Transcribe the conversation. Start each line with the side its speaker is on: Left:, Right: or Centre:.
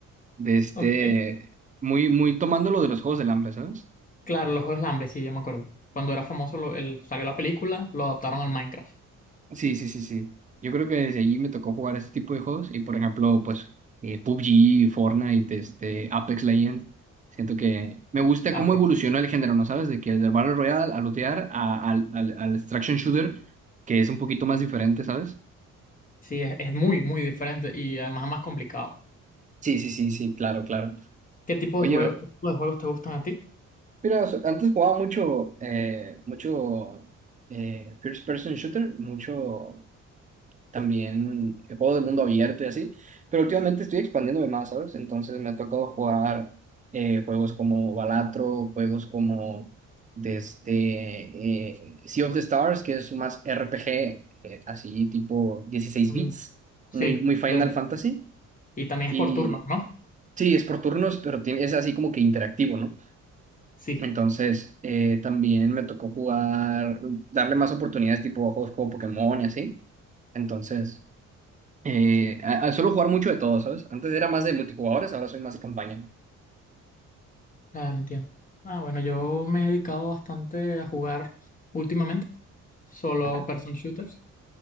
Right: De este,
Left: Ok.
Right: muy, muy tomando lo de los juegos del hambre, ¿sabes?
Left: Claro, los Juegos de Hambre, sí, yo me acuerdo. Cuando era famoso, lo- el- salió la película, lo adaptaron al Minecraft.
Right: Sí, sí, sí, sí. Yo creo que desde allí me tocó jugar este tipo de juegos y por ejemplo, pues eh, PUBG, Fortnite, este, Apex Legends. Siento que me gusta
Left: Ah,
Right: cómo
Left: te-
Right: evolucionó el género, ¿no sabes? De que del Battle Royale al lootear a- al, al, al extraction shooter, que es un poquito más diferente, ¿sabes?
Left: Sí, es, es muy, muy diferente y además es más complicado.
Right: Sí, sí, sí, sí, claro, claro.
Left: ¿Qué tipo
Right: Oye,
Left: de juego,
Right: ve-
Left: qué tipo de juegos te gustan a ti?
Right: mira, so- antes jugaba mucho, eh, mucho eh, first person shooter, mucho también eh, juegos de mundo abierto y así, pero últimamente estoy expandiéndome más, ¿sabes? Entonces me ha tocado jugar eh, juegos como Balatro, juegos como desde eh, Sea of the Stars, que es más RPG, eh, así tipo dieciséis
Left: Mm,
Right: bits,
Left: sí,
Right: muy, muy Final
Left: lo-
Right: Fantasy,
Left: y también
Right: y
Left: es por turnos, ¿no?
Right: sí, es por turnos, pero tiene- es así como que interactivo, ¿no?
Left: Sí.
Right: Entonces, eh, también me tocó jugar, darle más oportunidades tipo a juegos como Pokémon y así. Entonces, eh, a- a- suelo jugar mucho de todo, ¿sabes? Antes era más de multijugadores, ahora soy más de campaña.
Left: Claro, entiendo. Ah, bueno, yo me he dedicado bastante a jugar últimamente, solo
Right: Ajá,
Left: person shooters.